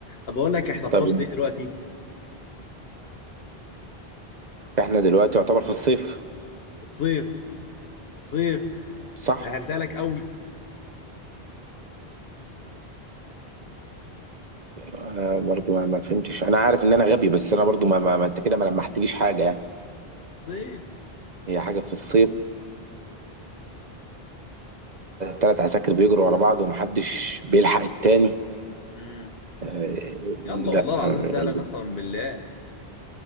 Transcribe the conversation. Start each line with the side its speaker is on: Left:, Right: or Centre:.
Left: أنا بقول لك إحنا في
Right: طب
Left: فصل إيه دلوقتي؟
Right: احنا دلوقتي يعتبر في الصيف
Left: الصيف الصيف
Right: صح
Left: سهلتها لك قوي
Right: آه برضو ما, ما فهمتش انا عارف ان انا غبي بس انا برضو ما, ما, ما انت كده ما لمحتليش حاجه يعني
Left: صيف
Right: هي حاجه في الصيف ثلاث عساكر بيجروا ورا بعض ومحدش بيلحق التاني
Left: امم
Right: آه
Left: يلا والله
Right: لا
Left: العظيم
Right: آه،
Left: سهلك قسما بالله